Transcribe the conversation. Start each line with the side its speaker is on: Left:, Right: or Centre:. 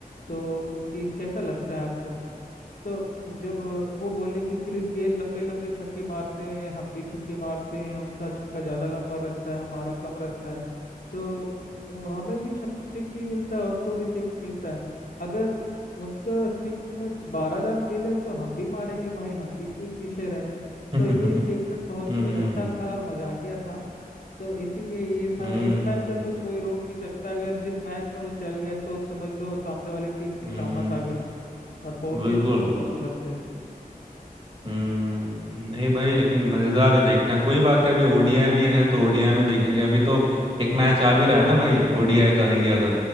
Left: तो कि कैसा लगता है आपको तो जब अ, वो बोले कि क्रिस गेल लंबे लंबे छक्के मारते हैं हम भी छक्के मारते हैं उनका छक्का ज़्यादा लंबा रहता है हमारा कम रहता है तो वो- हमें भी छक सिक्स ही मिलता है उनको भी सिक्स मिलता है अगर उनका सिक्स में बारह रन मिले तो हम भी मारेंगे भाई हम भी क्यों पीछे रहे
Right: <laughs>
Left: तो ये स्टेटमेंट
Right: हम्म
Left: बहुत
Right: हम्म
Left: ही अच्छा था और मजाकिया था तो इसीलिए ये था
Right: हम्म
Left: हिटमैन का तो कोई रोक नहीं सकता अगर जिस मैच में वो चल गए तो समझ लो सामने वाली टीम की
Right: हम्म।
Left: शामत आ गई और बहुत
Right: बिल्कुल
Left: ही अच्छा परफॉर्म करते हैं।
Right: हम्म नहीं भाई लेकिन मजेदार है देखना कोई बात है अभी ओडीआई भी है तो ओडीआई में देखेंगे अभी तो एक मैच आ भी रहा है ना भाई ओडीआई का इंडिया का